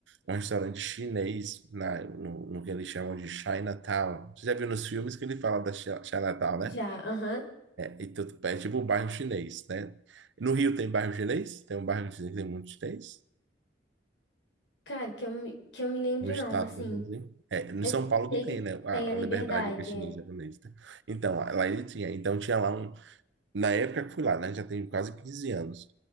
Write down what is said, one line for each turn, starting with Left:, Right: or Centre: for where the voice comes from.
Right: um restaurante chinês na, no, no que eles chamam de Chinatown. Você já viu nos filmes que ele fala da Chi- Chinatown,
Left: Já,
Right: né?
Left: aham.
Right: É, então, é tipo o bairro chinês, né? No Rio tem bairro chinês? Tem um bairro chinês que tem muito chinês?
Left: Cara, que eu, me- que eu me lembre,
Right: No
Left: não,
Right: estado,
Left: assim.
Right: brasileiro. é, no
Left: Eu
Right: São Paulo
Left: sei
Right: que
Left: que
Right: tem, né, a,
Left: tem a liberdade,
Right: a liberdade que é chinesa
Left: é.
Right: japonesa. tá? Então, lá ele tinha, então tinha lá um, na época que fui lá, né, já tem quase 15 anos,